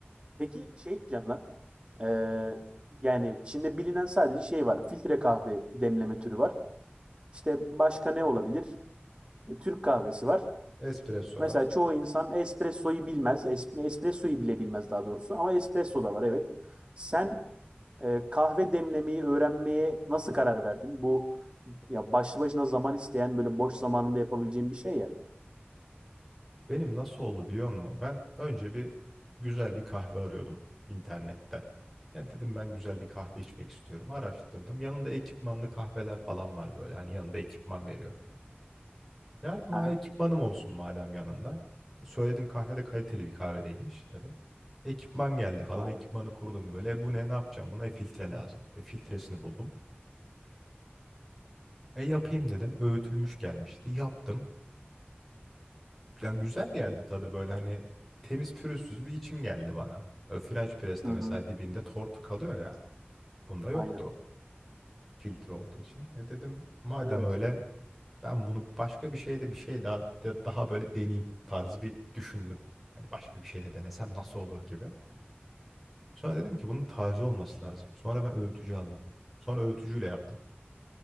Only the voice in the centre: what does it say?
espresso
var.
Benim nasıl oldu biliyor musun? Ben önce bir güzel bir kahve arıyordum internette. Ya dedim ben güzel bir kahve içmek istiyorum. Araştırdım. Yanında ekipmanlı kahveler falan var böyle. Hani yanında ekipman veriyor. Ya dedim ha
ekipmanım olsun madem yanında. Söyledim kahve de kaliteli bir kahve değilmiş tabii. Ekipman geldi falan.
Ekipmanı kurdum böyle. E bu ne ne yapacağım? Buna e, filtre lazım. E, filtresini buldum. E yapayım dedim. Öğütülmüş gelmişti. Yaptım. yani güzel geldi tadı böyle hani temiz pürüzsüz bir içim geldi bana. Ö, French press'te
mesela dibinde tortu kalıyor ya. Bunda
yoktu filtre olduğu için. E dedim madem
öyle ben bunu başka bir şeyde bir şey daha de- daha böyle deneyeyim tarzı bir düşündüm. Hani başka bir şeyle denesem nasıl olur gibi. Sonra dedim ki bunun taze olması lazım. Sonra ben öğütücü aldım. Sonra öğütücüyle yaptım.